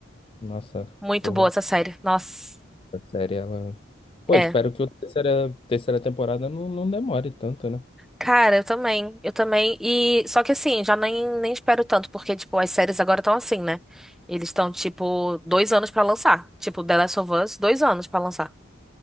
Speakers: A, on the left (about 25°); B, in the centre.
A: Nossa,
B: Muito
A: porra,
B: boa essa série. Nossa.
A: a série, ela... Pô,
B: É.
A: espero que a terceira, terceira temporada não, não demore tanto, né?
B: Cara, eu também. Eu também. E só que assim, já nem, nem espero tanto, porque, tipo, as séries agora estão assim, né? Eles estão, tipo, dois anos pra lançar. Tipo, The Last of Us, dois anos pra lançar.